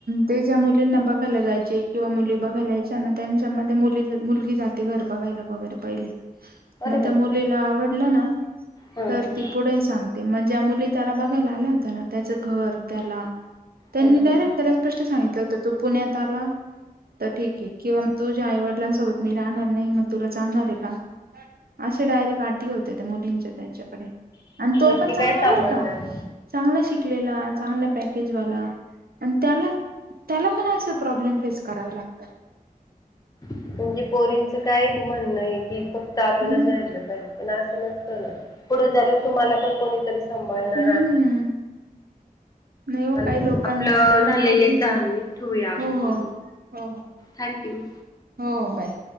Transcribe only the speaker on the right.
ते ज्या मुलींना बघायला जायचे किंवा मुली बघायला यायच्या ना त्यांच्यामध्ये मुली मुलगी जात. ते घर बघायला वगैरे पहिले.
मग
त्या मुलीला आवडलं ना
तर ती पुढे सांगते. ते मग ज्या मुली त्याला बघायला आल्या होत्या ना त्याचं घर त्याला त्यांनी
डायरेक्ट
त्याला स्पष्ट सांगितलं होत तू पुण्यात आला तर ठीक आहे किंवा. तुझ्या आईवडिलांसोबत मी राहणार नाही मण तुला चालणार आहे का. असे डायरेक्ट आटी होते त्या मुलींच्या त्याच्याकडे आणि तो
पण
चांगला
बर का चांगला शिकलेला चांगलं पॅकेजवाला आणि त्याला त्याला पण असं प्रॉब्लेम फेस करावे लागतात.
हम्म
हम्म
नाही हो काही
लोकांना
तेवढी
बुद्धीच
नाही
हो हो हो
हो बाय.